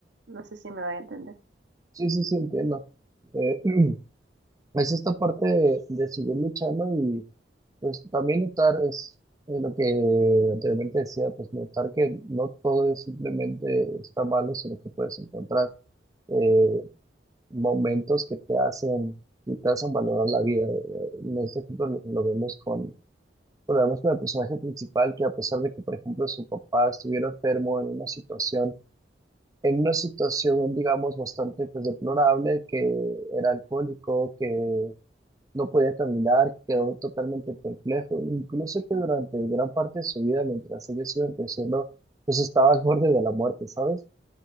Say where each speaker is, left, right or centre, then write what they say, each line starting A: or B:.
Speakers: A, on the right (about 80°); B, on the right (about 20°).
A: No sé si me doy a entender.
B: Sí, sí, sí, entiendo. Eh, <clears throat> es esta parte de, de seguir luchando y pues también notar es eh, lo que anteriormente decía, pues notar que no todo es simplemente está malo, sino que puedes encontrar eh, momentos que te hacen y te hacen valorar la vida. Eh, En este ejemplo lo, lo vemos con Bueno, vemos con el personaje principal que a pesar de que, por ejemplo, su papá estuviera enfermo en una situación, en una situación, digamos, bastante pues deplorable, que era alcohólico, que no podía caminar, que quedó totalmente perplejo, incluso que durante gran parte de su vida, mientras ellos iban creciendo, pues estaba al borde de la muerte, ¿sabes?